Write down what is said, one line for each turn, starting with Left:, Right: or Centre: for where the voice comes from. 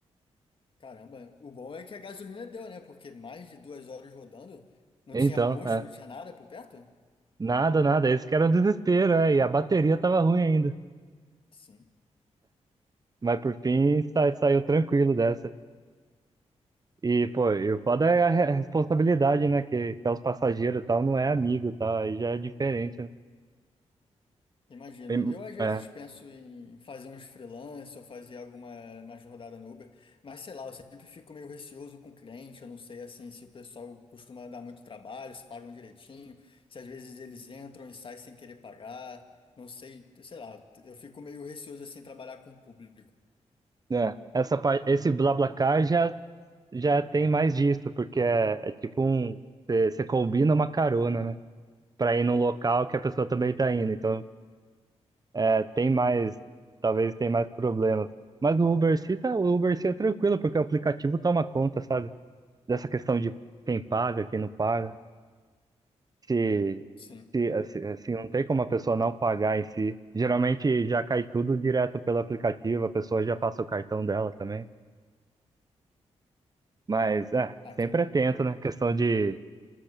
Left: Caramba, o bom é que a gasolina deu, né? Porque mais de duas horas rodando, não
Right: Então,
Left: tinha posto,
Right: é,
Left: não tinha nada por perto?
Right: nada, nada, esse que era o desespero, é, e a bateria tava ruim ainda.
Left: Sim.
Right: Mas por fim, sa- saiu tranquilo dessa. E, pô, e o foda é a re- a responsabilidade, né? Que, que é os passageiros e tal, não é amigo, tá? Aí já é diferente, né?
Left: Imagino.
Right: Tem-
Left: Eu às vezes
Right: É,
Left: penso em fazer uns freelance ou fazer alguma uma rodada no Uber, mas sei lá, eu sempre fico meio receoso com o cliente, eu não sei assim se o pessoal costuma dar muito trabalho, se pagam direitinho, se às vezes eles entram e saem sem querer pagar, não sei, sei lá, eu fico meio receoso assim em trabalhar com o público.
Right: é. Essa, par- esse BlaBlaCar já, já tem mais disso, porque é, é tipo um. Você combina uma carona, né? Pra ir num local que a pessoa também tá indo. Então, é, tem mais. Talvez tem mais problemas. Mas o Uber se tá, o Uber se é tranquilo, porque o aplicativo toma conta, sabe? Dessa questão de quem paga, quem não paga. se,
Left: Sim.
Right: se, assim, assim, não tem como a pessoa não pagar em si. Geralmente já cai tudo direto pelo aplicativo, a pessoa já passa o cartão dela também. Mas é,
Left: Ah,
Right: sempre
Left: que
Right: atento, né? Questão de